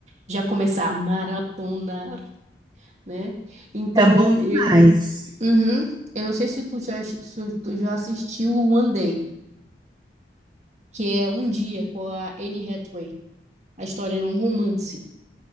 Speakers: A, on the right; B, on the right.
A: já começar a maratonar, né? Então,
B: É bom
A: eu.
B: demais.
A: Uhum. Eu não sei se tu já, se tu já assistiu o One Day, que é Um Dia com a Anne Hathaway. A história é um romance.